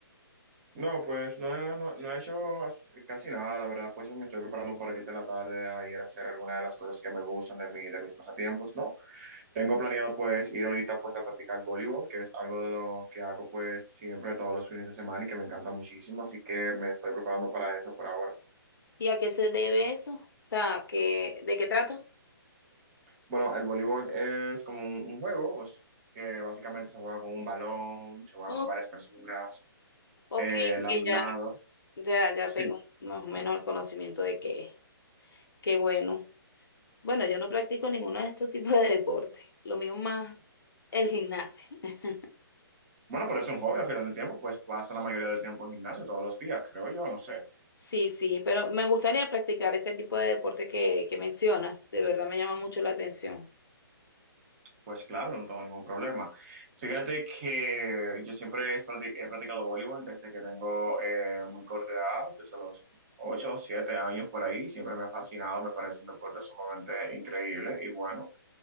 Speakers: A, on the right (about 30°); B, on the left (about 60°).
A: No, pues no, he- no, no he hecho as- casi nada, la verdad, pues me estoy preparando para ahorita en la tarde a ir a hacer alguna de las cosas que me gustan de mi, de mis pasatiempos, ¿no? Tengo planeado pues ir ahorita pues a practicar voleibol, que es algo de lo que hago pues siempre todos los fines de semana y que me encanta muchísimo, así que me estoy preparando para eso por ahora.
B: ¿Y a qué se debe eso? O sea, ¿qué, de qué trata?
A: Bueno, el voleibol es como un, un juego, o sea, que básicamente se juega con un balón, se juega
B: Oh,
A: con varias personas.
B: ok,
A: eh, lado,
B: que ya, ya, ya
A: sí.
B: tengo más o menos el conocimiento de qué es. Qué bueno. Bueno, yo no practico ninguno de estos tipos de deportes. Lo mío más el gimnasio. <laughs>
A: Bueno, pero es un hobby al final del tiempo, pues pasa la mayoría del tiempo en gimnasio, todos los días, creo yo, no sé.
B: Sí, sí, pero me gustaría practicar este tipo de deporte que, que mencionas. De verdad me llama mucho la atención.
A: Pues claro, no tengo ningún problema. Fíjate que yo siempre he practi- he practicado voleibol desde que tengo eh, muy corta edad, desde los 8 7 años por ahí. Siempre me ha fascinado, me parece un deporte sumamente increíble y bueno.